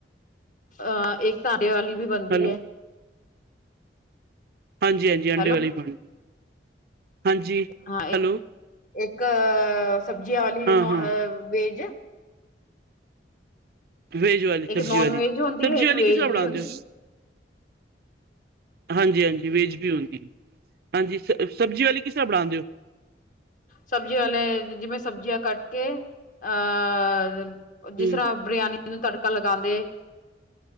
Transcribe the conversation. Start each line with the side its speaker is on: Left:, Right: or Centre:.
Left: ਅਹ ਇੱਕ ਆਂਡੇ ਵਾਲੀ ਵੀ ਬਣਦੀ
Right: ਹੈਲੋ
Left: ਐ।
Right: ਹਾਂਜੀ - ਹਾਂਜੀ ਆਂਡੇ
Left: ਹੈਲੋ
Right: ਵਾਲੀ ਵੀ ਬਣਦੀ। ਹਾਂਜੀ
Left: ਹਾਂ, ਇੱਕ,
Right: ਹੈਲੋ
Left: ਇੱਕ ਸਬਜ਼ੀਆਂ ਵਾਲੀ
Right: ਹਾਂ
Left: ਨੋਨ
Right: ਹਾਂ
Left: ਵੈਜ।
Right: ਵੈਜ ਵਾਲੀ
Left: ਇੱਕ
Right: ਸਬਜ਼ੀ
Left: ਨੋਨ
Right: ਵਾਲੀ,
Left: ਵੈਜ ਹੁੰਦੀ
Right: ਸਬਜ਼ੀ
Left: ਹੈ, ਇੱਕ
Right: ਵਾਲੀ
Left: ਵੇਜ
Right: ਕਿਸ ਤਰ੍ਹਾਂ ਬਣਾਂਦੇ
Left: ਵੀ ਹੁੰਦੀ
Right: ਹੋ? ਹਾਂਜੀ - ਹਾਂਜੀ ਵੈਜ ਵੀ ਹੁੰਦੀ, ਹਾਂਜੀ ਸ ਸਬਜ਼ੀ ਵਾਲੀ ਕਿਸ ਕਿਤਰ੍ਹਾਂ ਬਣਾਂਦੇ ਓ?
Left: ਸਬਜ਼ੀਆਂ ਵਾਲੇ, ਜਿਵੇਂ ਸਬਜ਼ੀਆਂ ਕੱਟ ਕੇ, ਔਰ, ਜਿਸ
Right: ਹਮ
Left: ਤਰ੍ਹਾਂ ਬਰਿਆਨੀ ਨੂੰ ਤੜਕਾ ਲਗਾਂਦੇ,